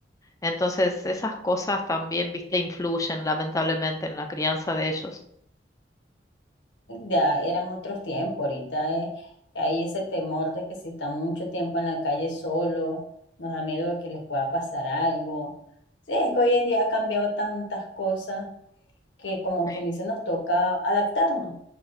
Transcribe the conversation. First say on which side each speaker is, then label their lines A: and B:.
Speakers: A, on the left; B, on the left.
A: Entonces, esas cosas también, viste, influyen lamentablemente en la crianza de ellos.
B: Ya eran otros tiempos, ahorita eh, hay ese temor de que si están mucho tiempo en la calle solo, nos da miedo de que les pueda pasar algo. Sí, es que hoy en día ha cambiado tantas cosas que como
A: Sí,
B: quien dice nos toca adaptarnos,